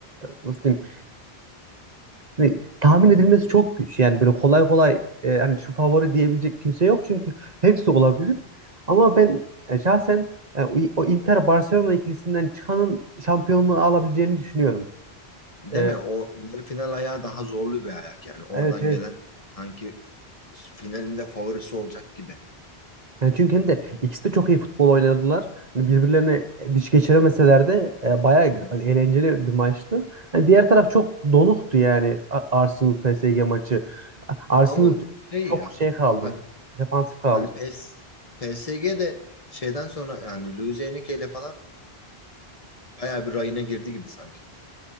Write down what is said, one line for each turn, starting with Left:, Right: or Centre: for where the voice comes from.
Right: e, nasıl diyeyim? Hani tahmin edilmesi çok güç. Yani böyle kolay kolay e, hani şu favori diyebilecek kimse yok çünkü hepsi olabilir. Ama ben e, şahsen e, o, o Inter Barcelona ikilisinden çıkanın şampiyonluğu alabileceğini düşünüyorum.
Left: Değil
Right: E,
Left: mi? O yarı final ayağı daha zorlu bir ayak yani. Oradan
Right: evet evet.
Left: gelen sanki finalinde favorisi olacak gibi.
Right: Yani çünkü hem de ikisi de çok iyi futbol oynadılar. Hani birbirlerine diş geçiremeseler de e, bayağı
Left: Hı hı.
Right: eğlenceli bir maçtı. Hani diğer taraf çok donuktu yani Arsenal PSG maçı. Arsenal
Left: Ama şey
Right: çok
Left: ya
Right: şey kaldı.
Left: hani
Right: Defansif kaldı.
Left: hani PES, PSG de şeyden sonra yani Luis Enrique ile falan bayağı bir rayına girdi gibi sanki.